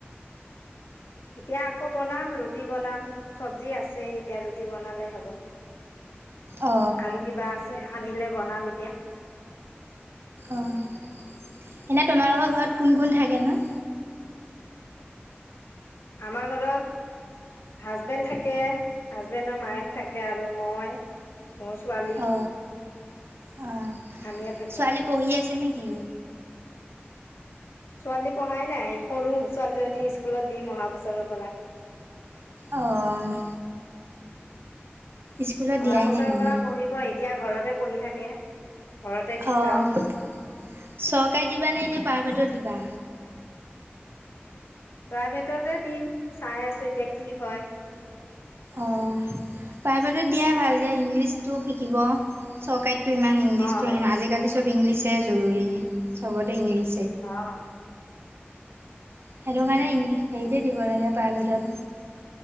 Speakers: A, on the left; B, on the right.
A: এতিয়া আকৌ বনাম ৰুটি বনাম চব্জি আছেই, এতিয়া ৰুটি বনালে হ'ব।
B: অ
A: আৰু কিবা আছে? আনিলে বনাম এতিয়া।
B: অ' এনেই তোমালোকৰ ঘৰত কোন কোন থাকেনো?
A: আমাৰ ঘৰত হাজবেণ্ড থাকে, হাজবেণ্ডৰ মায়েক থাকে আৰু মই মোৰ ছোৱালী।
B: অ অ
A: আমিয়ে থাকো
B: ছোৱালী পঢ়ি আছে নেকি?
A: ছোৱালী পঢ়াই নাই। সৰু ছোৱালীজনী স্কুলত দিম অহা বছৰৰ পৰা।
B: অ'। স্কুলত
A: অহা
B: দিয়াই
A: বছৰৰ
B: নাই মানে।
A: পৰা পঢ়িব। এতিয়া ঘৰতে পঢ়ি থাকে। ঘৰতে শিকাও
B: অ' চৰকাৰীত দিবা নে এনেই প্ৰাইভেটত দিবা?
A: প্ৰাইভেটতে দিম, চাই আছো এতিয়া কি হয়?
B: অ' প্ৰাইভেটত দিয়া ভাল দিয়া। ইংলিছটো শিকিব। চৰকাৰীতটো ইমান ইংলিছতো
A: অ',
B: নাই। আজিকালি চব ইংলিছহে জৰুৰী। চবতে ইংলিছ
A: অ'।
B: সেইটোকাৰণে হেৰিতে দিব লাগে প্ৰাইভেটত।